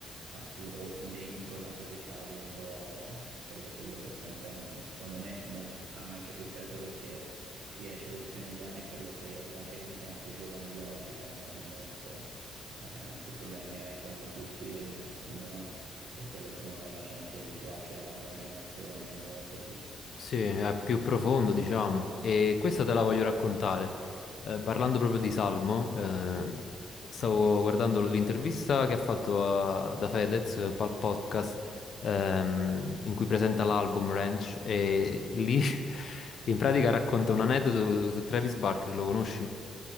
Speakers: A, on the right (about 80°); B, on the left (about 55°).
A: ha più o dentro la società, dentro quello che le persone pensano. E Secondo me mo- ha anche successo perché riesce ad esprimere bene quello che la gente, anche i giovani di oggi, pensano molto, eh, che problemi è che hanno tutti, li accomuna. Per quello secondo me la gente gli piace, alla nuova generazione, a noi così. Eh,
B: Sì, è più profondo, diciamo, e questa te la voglio raccontare. Eh, parlando proprio di Salmo, ehm, stavo guardando l'intervista che ha fatto a- da Fedez eh, al podcast ehm, in cui presenta l'album Ranch e lì <laughs> in pratica racconta un aneddoto su Travis Barker, lo conosci?